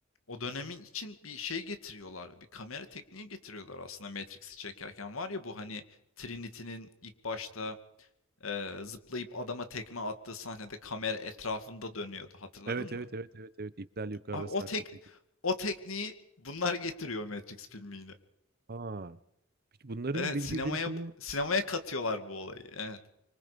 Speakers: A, on the left (about 75°); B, on the right (about 50°).
A: o dönemin için bir şey getiriyorlar. Bir kamera tekniği getiriyorlar aslında Matrix'i çekerken. Var ya bu hani Trinity'nin ilk başta eee, zıplayıp adama tekme attığı sahnede kamera etrafında dönüyordu. Hatırladın
B: Evet evet
A: mı?
B: evet evet evet. İpler yukarıda
A: Abi o
B: sarkıp.
A: tek o tekniği bunlar getiriyor Matrix filmi yine.
B: Aa, peki bunların
A: Evet
B: bilgi
A: sinemaya
B: birikimi
A: bu- sinemaya katıyorlar bu olayı. Evet.